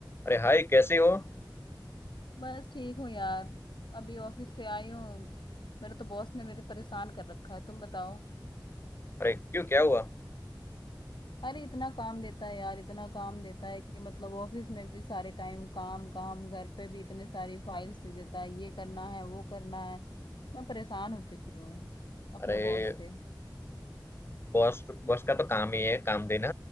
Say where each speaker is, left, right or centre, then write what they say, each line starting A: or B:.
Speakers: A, on the left; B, on the left.
A: अरे हाय कैसे हो
B: बस ठीक हूँ यार अभी ऑफिस से आई हूँ मेरे तो बॉस ने मेरे परेशान कर रखा है तुम बताओ
A: अरे क्यों क्या हुआ
B: अरे इतना काम देता है यार इतना काम देता है कि मतलब ऑफिस में भी सारे टाइम काम काम घर पे भी इतने सारी फाइल्स दे देता है ये करना है वो करना है मैं परेशान हो चुकी हूँ अपने
A: अरे
B: बॉस से
A: बॉस बॉस का तो काम ही है काम देना